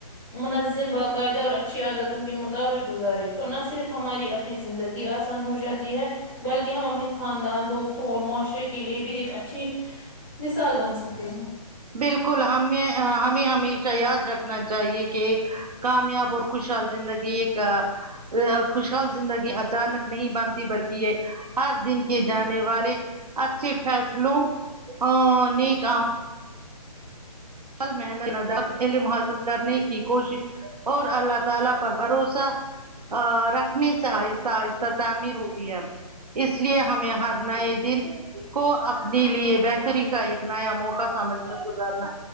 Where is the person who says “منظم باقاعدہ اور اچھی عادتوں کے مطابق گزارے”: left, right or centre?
Centre